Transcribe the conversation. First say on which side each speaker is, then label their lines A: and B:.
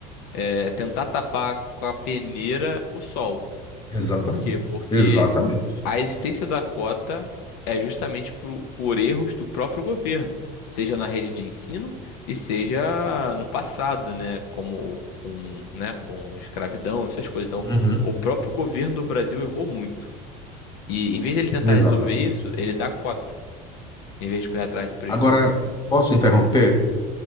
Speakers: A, on the left; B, on the left.
A: é, tentar tapar com a peneira o sol.
B: Exatamente.
A: Por quê? Porque
B: Exatamente.
A: a existência da cota é justamente por, por erros do próprio governo, seja na rede de ensino e seja no passado, né? Como com, né, com escravidão, essas coisas. Então,
B: Uhum.
A: o próprio governo do Brasil errou muito. E em vez dele tentar
B: Exatamente.
A: resolver isso, ele dá cota, em vez de correr atrás do prejuízo.
B: Agora, posso interromper?